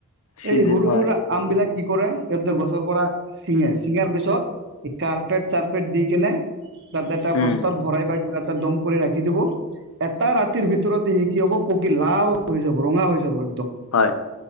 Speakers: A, on the left (about 65°); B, on the right (about 55°).
A: চিজন
B: এই সৰু
A: হয়
B: সুৰাৰ আম বিলাক কি কৰে, সিহঁতে গছৰ পৰা চিঙে ছিঙাৰ পিছত এই কাৰ্পেট চাৰপেট দি কিনে তাতে এটা
A: উম
B: বস্তাত ভৰাই বা কিবা ত' দ'ম কৰি ৰাখি দিব। এটা ৰাতিৰ ভিতৰত সি কি হ'ব পকি লাল হৈ যাব, ৰঙা হৈ যাব।
A: হয়